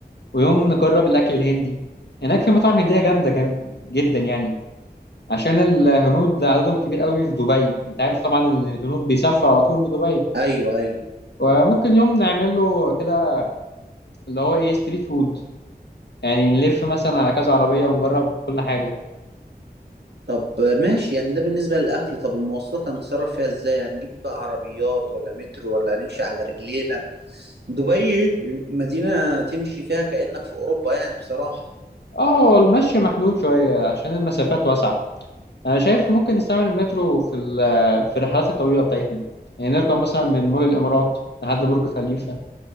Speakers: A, on the left (about 80°); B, on the right (about 75°).
A: ويوم نجرب الأكل الهندي هناك في مطاعم هندية جامدة جام- جدا يعني عشان الهنود عددهم كبير قوي في دبي انت عارف طبعا ان الهنود بيسافروا على طول لدبي
B: ايوه ايوه
A: وممكن يوم نعمله كده اللي هو ايه ستريت فود يعني نلف مثلا على كذا عربية ونجرب كل حاجة
B: طب ماشي يعني ده بالنسبة للأكل طب المواصلات هنتصرف فيها إزاي؟ هنجيب بقى عربيات ولا مترو ولا هنمشي على رجلينا؟ دبي مدينة تمشي فيها كأنك في أوروبا يعني بصراحة
A: اه هو المشي محدود شوية عشان المسافات واسعة انا شايف ممكن نستعمل المترو في ال- في الرحلات الطويلة بتاعتنا يعني نركب مثلا من مول الامارات لحد برج خليفة